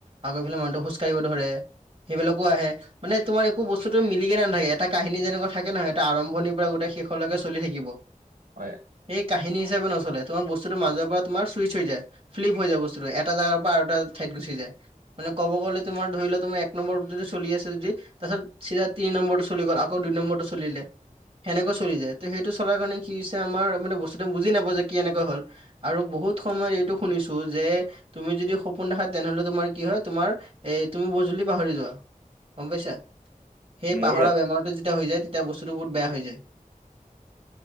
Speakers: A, on the right; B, on the right.
A: আগৌ এইফালে মানুহটো খোজ কাঢ়িব ধৰে, সেইবিলাকো আহে। মানে তোমাৰ একো বস্তুটো মিলিকেনে নাথাকে, এটা কাহিনী যেনেকুৱা থাকে নহয় এটা আৰম্ভণিৰ পৰা গোটেই শেষলৈকে চলি থাকিব।
B: হয়।
A: সেই কাহিনী হিচাপে নচলে তোমাৰ বস্তুটোৰ মাজৰ পৰা তোমাৰ চুইচ হৈ যায়। ফ্লিপ হৈ যায় বস্তুটো, এটা জাগাৰ পৰা আৰু এটা ঠাইত গুচি যায় মানে ক'ব গ'লে তোমাৰ ধৰিলোৱা তোমাৰ এক নম্বৰটো যদি চলি আছে যদি তাৰপিছত চিধা তিনি নম্বৰটো চলি গ'ল আকৌ দুই নম্বৰটো চলিলে। সেনেকৈ চলি যায়। ত' সেইটো চলাৰ কাৰণে কি হৈছে আমাৰ মানে বস্তুটো বুজি নাপাব যে কি এনেকৈ হ'ল। আৰু বহুত সময়ত এইটো শুনিছো যে তুমি যদি সপোন দেখা তেনে হ'লে তোমাৰ কি হয় তোমাৰ এই তুমি বহুত জল্দি পাহৰি যোৱা গম পাইছা। সেই
B: মোৰো
A: পাহৰা বেমাৰটো যেতিয়া হৈ যায় তে তিয়া বস্তুটো বহুত বেয়া
B: ৰাতি
A: হৈ যায়।